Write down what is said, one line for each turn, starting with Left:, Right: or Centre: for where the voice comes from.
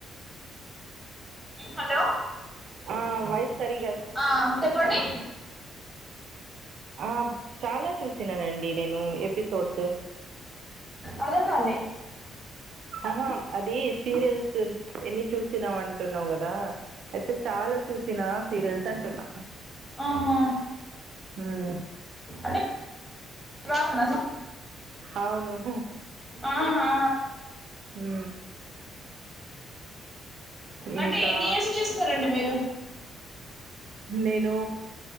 Centre: హలో
Right: ఆ వాయిస్ సరీగ
Centre: ఆ చెప్పండి
Right: ఆ చాలా చూసినానండి నేను ఎపిసోడ్స్
Centre: అర్థం కాలే
Right: ఆహా అది సీరియల్స్ ఎన్ని చూసినావ్ అంటె తున్నావు కదా అయితే చాలా చూసినా సీరియల్స్ అంటున్నా
Centre: ఆహా
Right: ఉమ్
Centre: అంటే బాగాన
Right: అవును ఊ
Centre: ఆహా
Right: ఆ ఇంకా
Centre: అంటే ఎన్ని ఇయర్స్ చూస్తునరండి మీరు
Right: నేను